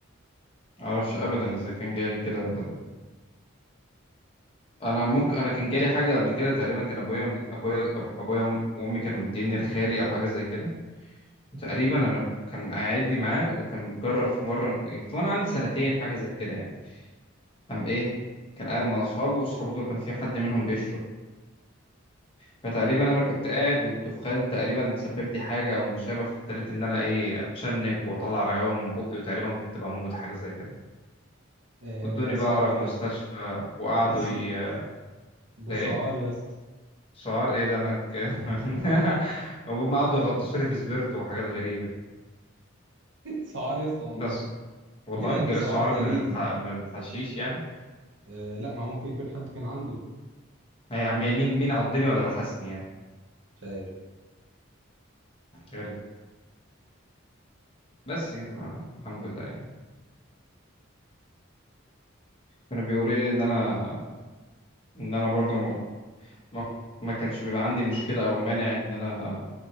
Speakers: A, on the left; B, on the right.
A: ما اعرفش
B: أنا
A: ابدا
B: ما جاليش
A: اذا كان جالي كده ولا لا انا ممكن انا كان جالي حاجه قبل كده تقريبا كان ابويا ابويا أب- ابويا وأم- وامي كانوا مديني لخالي او حاجه زي كده تقريبا انا ك- كان مقعدني معاه وكان جرب في مره كنت وانا عندي سنتين حاجه زي كده يعني قام ايه كان قاعد مع اصحابه واصحابه دول كان في حد منهم بيشرب فتقريبا انا كنت قاعد والدخان تقريبا سبب لي حاجه او ما شابه فابتديت ان انا ايه اتشنج واطلع رغاوي من بقي وتقريبا كنت بموت حاجه زي كده
B: آه
A: ودوني
B: ده سعار
A: بقى اقرب مستشفى
B: يا اسطى
A: وقعدوا
B: <laughs> ده
A: ي...
B: ده
A: ده
B: سعار
A: ايه
B: يا اسطى
A: سعار ايه ده انا ك... <laughs> هم قعدوا يغطسوا لي في سبيرتو وحاجات غريبه كده.
B: <laughs> سعار يا اسطى والله
A: بس والله
B: بجد
A: جالي
B: سعار
A: السعار
B: ده
A: من
B: ريبي
A: الح... من الحشيش يعني
B: آه لا ما ممكن يكون حد كان عنده
A: يعني مين مين عضني ولا لحسني يعني
B: مش عارف
A: غريب بس كده بقى، الحمد لله يعني كانوا بيقولوا لي ان انا ان انا برضه ما ما كانش بيبقى عندي مشكلة أو مانع إن أنا